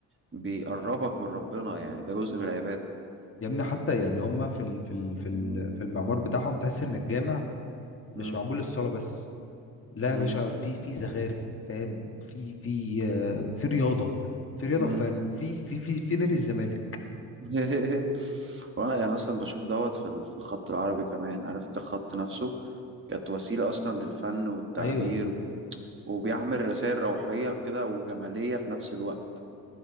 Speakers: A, on the right (about 30°); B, on the left (about 30°).
A: بيقربك من ربنا يعني ده جزء من العبادة
B: يا ابني حتى يعني هما في ال في ال في
A: مم.
B: ال في المعمار بتاعهم تحس ان الجامع
A: مم.
B: مش معمول للصلاة بس لا
A: مم.
B: يا باشا في في زخارف فاهم في في آه، في رياضة في رياضة
A: مم.
B: وفن في في في في نادي الزمالك
A: <laughs> وانا يعني اصلا بشوف دوت في ال- في الخط العربي كمان عارف انت الخط نفسه كانت وسيله اصلا للفن والتعبير
B: ايوه
A: و- وبيعمل رسائل روحيه كده وجماليه في نفس الوقت